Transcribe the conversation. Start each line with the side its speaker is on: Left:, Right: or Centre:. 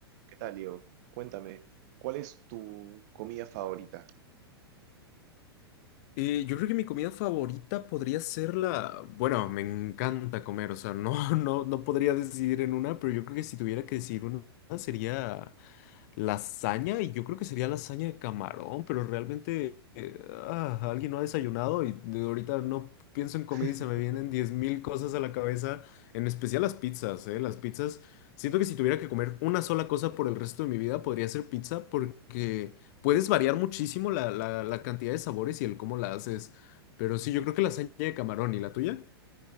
Right: ¿Qué tal, Diego? Cuéntame, ¿cuál es tu comida favorita?
Left: Eh, yo creo que mi comida favorita podría ser la... Bueno, me encanta comer, o sea, no, <laughs> no, no podría decidir en una, pero yo creo que si tuviera que decidir una sería lasaña y yo creo que sería lasaña de camarón, pero realmente eh, ah, alguien no ha desayunado y de ahorita no pienso en comida
Right: <laughs>
Left: y se me vienen 10.000 cosas a la cabeza, en especial las pizzas, ¿eh? Las pizzas, siento que si tuviera que comer una sola cosa por el resto de mi vida podría ser pizza porque puedes variar muchísimo la, la- la cantidad de sabores y el cómo la haces. Pero sí, yo creo que la lasaña de camarón y la tuya.